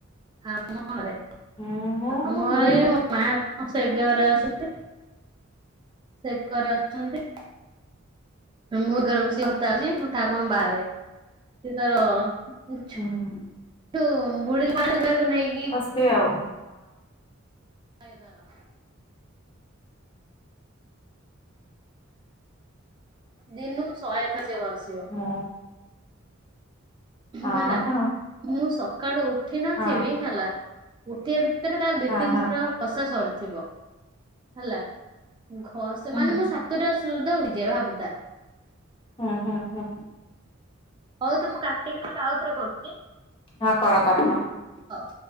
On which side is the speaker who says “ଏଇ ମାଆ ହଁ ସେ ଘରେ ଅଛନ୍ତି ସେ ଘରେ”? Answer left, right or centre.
Right